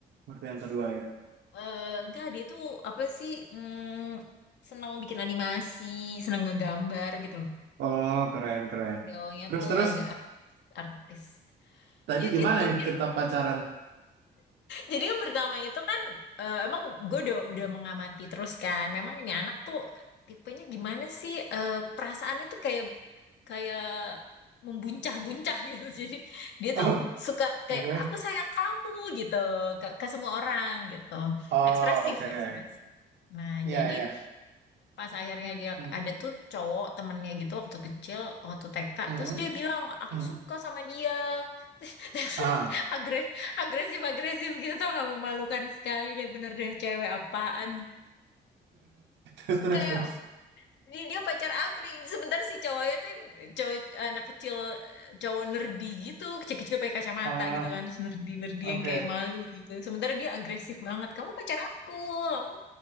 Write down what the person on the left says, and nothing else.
Eh, gak dia tuh apa sih mm, senang bikin animasi senang ngegambar gitu loh
Beliaunya
tuh
agak artis-artis.
Ya
gitu.
Jadi,
jadi yang pertama itu kan eh, emang gue udah, udah mengamati terus kan. Memang ini anak tuh tipenya gimana sih? Eh, perasaannya tuh kayak kayak membuncah-buncah <laughs> gitu. Jadi dia
tuh suka kayak
aku sayang kamu gitu ke, ke semua orang gitu.
Ekspresif,
ekspresif. Nah,
jadi
pas akhirnya dia
ada tuh cowok temennya gitu waktu kecil waktu TK
terus dia bilang aku
suka sama dia <laughs>
agresif agresif agresif gitu tuh nggak memalukan sekali deh bener deh cewek apaan
kayak
"Oh, dia, dia pacar aku nih sebentar si cowoknya tuh yang cowok anak kecil eh, cowok nerdi gitu kecil-kecil pakai kacamata
gitu kan terus nerdi nerdi
yang kayak malu gitu sementara dia agresif banget kamu pacar aku kamu